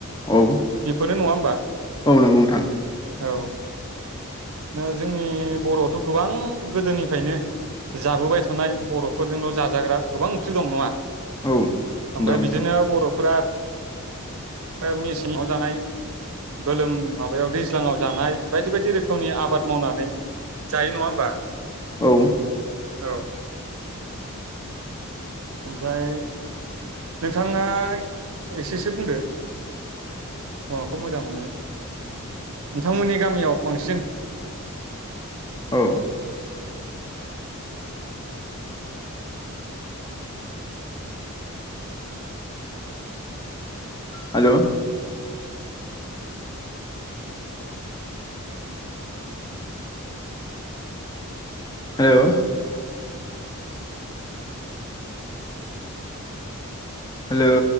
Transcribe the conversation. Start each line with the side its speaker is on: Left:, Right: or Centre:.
Left: औ
Right: बेफोरनो नङा होमबा
Left: औ नंगौ नोंथां
Right: औ दा जोंनि बर'आवथ' गोबां गोदोनिफ्रायनो जाबोबाय थानाय बर'फोरजोंल' जाजाग्रा गोबां ओंख्रि दं नङा
Left: औ
Right: ओमफ्राय
Left: दं नोंथां
Right: बिदिनो बर'फोरा ओ मेसेङाव जानाय गोलोम माबायाव दैज्लाङाव जानाय बायदि बायदि रोख खोमनि आबाद मावनानै जायो नङा होमबा
Left: औ
Right: औ ओमफ्राय नोंथाङा एसेसो बुंदो माबाखौ मोजां मोनो नोंथांमोननि गामियाव बांसिन
Left: औ हेलौ हेलौ हेलौ